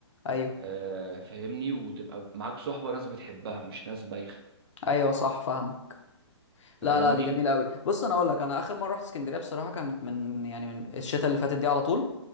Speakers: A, on the left (about 75°); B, on the right (about 50°).
A: ايوه
B: آه فاهمني وتبقى معاك صحبه ناس بتحبها مش ناس بايخه
A: ايوه صح فاهمك
B: فاهمني
A: لا لا دي جميله قوي بص انا اقول لك انا اخر مره رحت اسكندريه بصراحه كانت من يعني من الشتاء اللي فاتت دي على طول